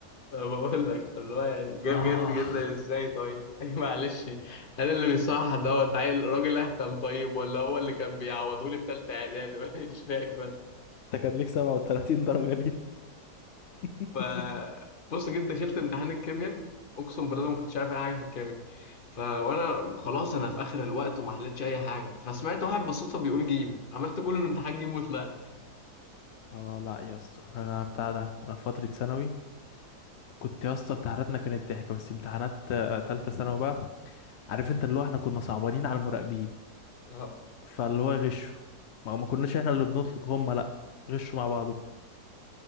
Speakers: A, on the left; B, on the left.
A: أنا بقول لك اللي هو يعني جايب
B: اه
A: جد جدا ازاي طيب <laughs> يعني معلش هل اللي بيصحح دوت عيل راجل اهتم طيب ولا هو اللي كان بيعوضهولي في تالتة اعدادي <laughs> ولا مش فاهم
B: انت كان ليك 37 درجة دي <laughs>
A: ف بص جيت دخلت امتحان الكيمياء اقسم بالله ما كنتش عارف اي حاجه في الكيمياء ف وانا خلاص انا في اخر الوقت وما حلتش اي حاجه فسمعت واحد بالصدفه بيقول جيم عملت كل الامتحان جيم وطلعت
B: اه لا يا اسطى انا بتاع ده انا في فتره ثانوي كنت يا اسطى امتحاناتنا كانت ضحك بس امتحانات آه، تالتة ثانوي بقى عارف انت اللي هو احنا كنا صعبانين على المراقبين
A: اه
B: فاللي هو غشوا ما ما كناش احنا اللي بنطلب هم لا غشوا مع بعضكم